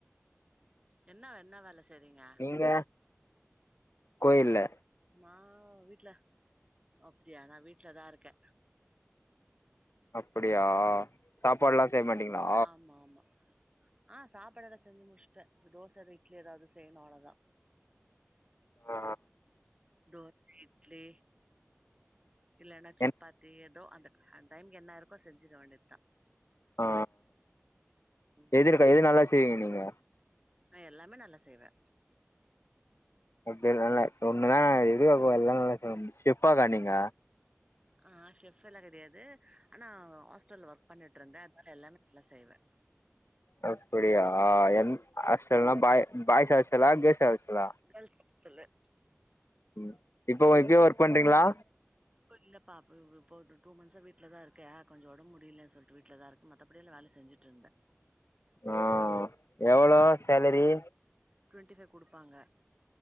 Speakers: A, on the right; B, on the left.
A: என்னா என்ன வேல செய்றீங்க
B: நீங்க கோயில்ல
A: நா வீட்ல அப்டியா நா வீட்லதா இருக்கே
B: அப்புடியா சாப்பாட்லா செய்யமாட்டீங்ளா
A: ஆமா ஆமா ஆ சாப்பாடெல்லா செஞ்சு முச்ட்டே இப்ப தோச எதா இட்லி எதாவ்து செய்யனு அவ்ளோதா
B: ஆ
A: தோச இட்லி இல்லேனா சப்பாத்தி
B: என்
A: எத் டோ அந்தட் அந் டைம்கு என்ன இருக்கோ செஞ்சிக்க வேண்டித்தா
B: ஆ
A: ம்
B: எதுருக்க எது நல்லா செய்வீங்க நீங்க
A: நா எல்லாமே நல்லா செய்வே
B: அப்டியெல்லா இல்ல ஒன்னுதா <unintelligible> செஃப்பாக்கா நீங்க
A: ஆ ஷெஃப் எல்லா கெடையாது ஆனா ஹாஸ்டல்ல ஒர்க் பண்ணிட்ருந்தே அதனால எல்லாமே நல்லா செய்வே
B: அப்புடியா எந் ஆஸ்டல்னா பாய் பாய்ஸ் ஆஸ்டல்லா கேஸ் <unintelligible>
A: கேல்ஸ் ஆஸ்டலு
B: ம் இப்பவு இப்பியு ஒர்க் பண்றீங்ளா
A: இப்போ இல்லப்பா இப்ப இப்போ ஒரு டூ மந்த்ஸா வீ்ட்லதா இருக்கே கொஞ்சோ ஒடம் முடியலன் சொல்ட்டு வீட்லதா இருக் மத்தபடியெலா வேல செஞ்சுட்ருந்தே
B: ஆ எவ்ளோ சேலரி
A: டுவெண்ட்டி ஃபைவ் குடுப்பாங்க